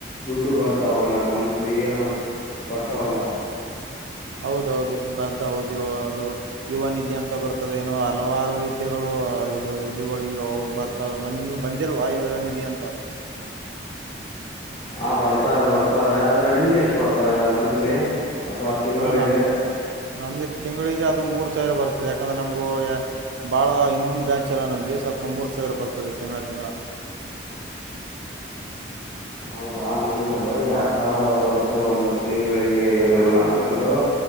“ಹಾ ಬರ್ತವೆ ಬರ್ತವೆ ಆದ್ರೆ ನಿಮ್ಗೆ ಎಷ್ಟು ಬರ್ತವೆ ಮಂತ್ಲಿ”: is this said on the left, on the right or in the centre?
Left